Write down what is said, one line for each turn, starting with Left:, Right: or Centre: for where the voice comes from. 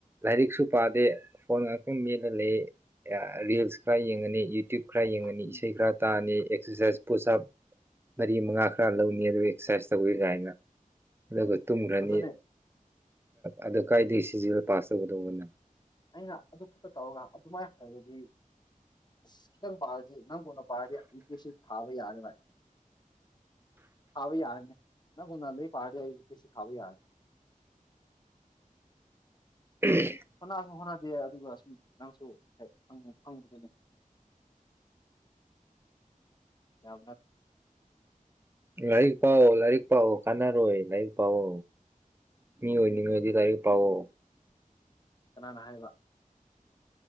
Right: ꯂꯥꯏꯔꯤꯛꯁꯨ ꯄꯥꯗꯦ ꯐꯣꯟ ꯉꯥꯛꯇꯪ ꯃꯦꯜꯂ ꯂꯩ ꯔꯤꯜꯁ ꯈꯔ ꯌꯦꯡꯉꯅꯤ ꯌꯨꯇ ꯌꯇꯌꯨꯕ ꯈꯔ ꯌꯦꯡꯉꯅꯤ
Left: ꯎꯝ
Right: ꯏꯁꯩ ꯈꯔ ꯇꯥꯔꯅꯤ ꯑꯦꯛꯁꯔꯁꯥꯏꯁ ꯄꯨꯁ ꯃꯔꯤ ꯃꯉꯥ ꯈꯔ ꯂꯧꯅꯤ ꯑꯗꯨꯒ ꯑꯦꯛꯁꯔꯁꯥꯏꯁ ꯇꯧꯕꯤ ꯀꯥꯏꯅ ꯑꯗꯨꯒ ꯇꯨꯝꯈ꯭ꯔꯅꯤ
Left: ꯑꯗꯨꯅꯦ
Right: ꯑꯗꯨ ꯀꯥꯏꯗ ꯁꯤꯖꯤ ꯄꯥꯁ ꯇꯧꯒꯗꯧꯕꯅꯣ
Left: ꯑꯩꯅ ꯑꯗꯨ ꯈꯛꯇ ꯇꯧꯔꯒ ꯑꯗꯨꯃꯥꯏꯅ ꯍꯥꯏꯔꯗꯤ ꯑꯁ ꯈꯤꯇꯪ ꯄꯥꯔꯗꯤ ꯅꯪꯒꯣꯟꯅ ꯄꯥꯔꯗꯤ ꯅꯨꯄꯤꯦꯁꯤ ꯊꯥꯕ ꯌꯥꯔꯅꯤ ꯚꯥꯏ ꯊꯥꯕ ꯌꯥꯔꯅꯤ ꯅꯪꯒꯣꯟꯅ ꯑꯗꯨ ꯄꯥꯔꯗꯤ ꯑꯩ ꯅꯨꯄꯤꯦꯁꯤ ꯊꯥꯕ ꯌꯥꯔꯅꯤ
Right: ꯎꯝ
Left: ꯍꯣꯠꯅꯁꯨ ꯍꯣꯠꯅꯗꯦ ꯑꯗꯨꯒ ꯁꯨꯝ ꯅꯪꯁꯨ ꯍꯪ ꯐꯪꯕꯗꯨꯅꯦ ꯌꯥ
Right: ꯂꯥꯏꯔꯤꯛ ꯄꯥꯛꯑꯣ ꯂꯥꯏꯔꯤꯛ ꯄꯥꯛꯑꯣ ꯀꯥꯟꯅꯔꯣꯏ ꯂꯥꯏꯔꯤꯛ ꯄꯥꯑꯣ ꯃꯤ ꯑꯣꯏꯅꯤꯡꯉꯗꯤ ꯂꯥꯏꯔꯤꯛ ꯄꯥꯛꯑꯣ
Left: ꯀꯅꯥꯅ ꯍꯥꯏꯕ